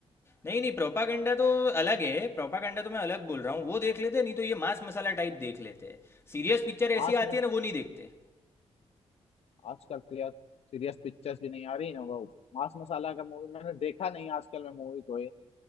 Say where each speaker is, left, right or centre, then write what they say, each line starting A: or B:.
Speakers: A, on the left; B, on the left.
A: नहीं नहीं प्रोपागेंडा तो अलग है प्रोपागेंडा तो मैं अलग बोल रहा हूँ वो देख लेते नहीं तो ये मांस मसाला टाइप देख लेते सीरियस पिक्चर ऐसी
B: आज
A: आती है ना वो नहीं देखते
B: आजकल तो यार सीरियस पिक्चर्स भी नहीं आ रही ना वो मांस मसाला का मूवी मैंने देखा नहीं आजकल मैं मूवी कोई